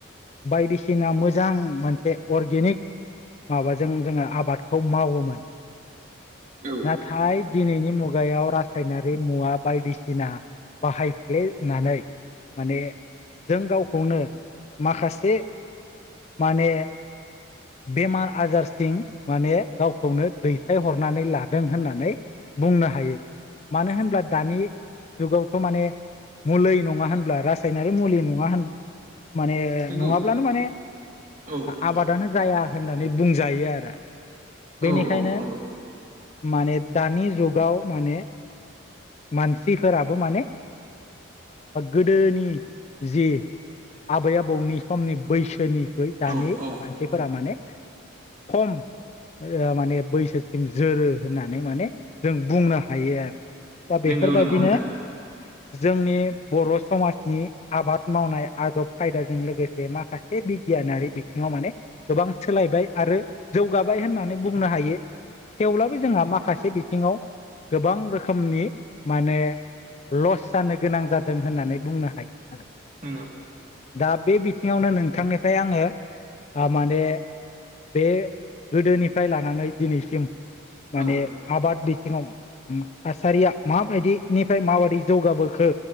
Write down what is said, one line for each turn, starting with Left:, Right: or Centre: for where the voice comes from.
Left: बायदिसिना मोजां मोनसे अर्गेनिक माबाजों जोङो आबादखौ मावोमोन।
Right: औ
Left: नाथाय दिनैनि मुगायाव रासायनारि मुवा बायदिसिना बाहायफ्लेनानै माने जों गावखौनो माखासे माने बेमार आजारथिं माने गावखौनो दैथायहरनानै लादों। दों होननानै बुंनो हायो मानो होनब्ला दानि जुगावथ' माने मुलि नङा होनब्ला रासायनारि मुलि नङा होन माने
Right: नंगौ
Left: नङाब्लानो माने
Right: औ नंगौ
Left: आबादानो जाया होननानै बुंजायो आरो बेनिखायनो
Right: औ नंगौ
Left: माने दानि जुगाव माने मानसिफोराबो माने गोदोनि जि आबै आबौनि समनि बैसोनि बै दानि
Right: औ औ
Left: मानसिफोरा माने खम माने बैसोसिम जोरो होननानै माने जों बुंनो हायो आरो। दा
Right: नंगौ
Left: बेफोरबायदिनो।
Right: नंगौ नोंथां <inaudible>
Left: जोंनि बर' समाजनि आबाद मावनाय आदब खायदाजों लोगोसे माखासे बिगियानारि बिथिङाव माने गोबां सोलायबाय आरो जौगाबाय होननानै बुंनो हायो। थेवब्लाबो जोंहा माखासे बिथिङाव गोबां रोखोमनि। माने लस जानो गोनां जादों होननानै बुंनो हायो आरो
Right: नंगौ
Left: दा बे बिथिङावनो नोंथांनिफ्राय आङो माने बे गोदोनिफ्राय लानानै दिनैसिम माने
Right: औ
Left: आबाद बिथिङाव थासारिया माबायदिनिफ्राय माबायदि जौगाबोखो